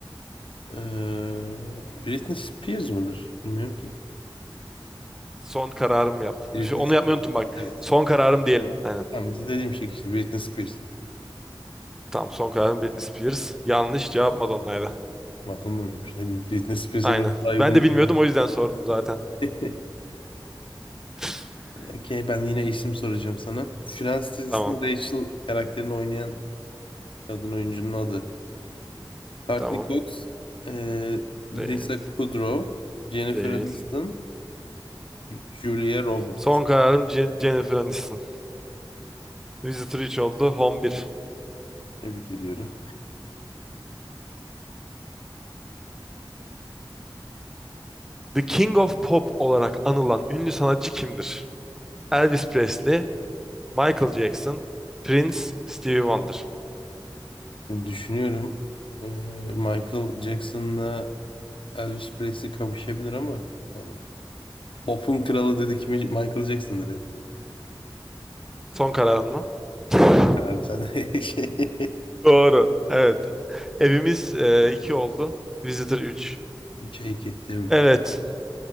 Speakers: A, on the left; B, in the centre.
A: Ee, Britney Spears mıdır? Bilmiyorum ki.
B: Son kararım yap.
A: Britney
B: Şu- Onu
A: Spears.
B: yapmayı unuttum bak.
A: Evet.
B: Son kararım diyelim. Aynen.
A: Ama dediğim şey işte Britney Spears.
B: Tamam son kararım Britney Spears. Yanlış cevap Madonna'ydı.
A: Vatandaş mıymış? Ne bileyim Britney Spears'e
B: Aynen.
A: biraz daha
B: Ben
A: uygun
B: de bilmiyordum
A: gibi.
B: o yüzden sordum zaten.
A: <laughs>
B: <laughs>
A: Okey ben yine isim soracağım sana. Friends dizisinde
B: Tamam.
A: Rachel karakterini oynayan kadın oyuncunun adı. Courtney
B: Tamam.
A: Cox, eee,
B: Değil.
A: Lisa Kudrow, Jennifer
B: Değil.
A: Aniston, Julia Roberts.
B: Son kararım Je- Jennifer Aniston. Visitor 3 oldu. Home bir.
A: Tebrik ediyorum.
B: The King of Pop olarak anılan ünlü sanatçı kimdir? Elvis Presley, Michael Jackson, Prince, Stevie Wonder.
A: Şimdi düşünüyorum eee, Michael Jackson'la Elvis Presley kavuşabilir ama yani pop'un kralı dedik mi Michael Jackson'dır ya.
B: Son kararın mı? <laughs>
A: Kararım sen de. <laughs>
B: Doğru. Evet. Evimiz e, 2 oldu. Visitor 3.
A: 3'e 2 tebrikler.
B: Evet.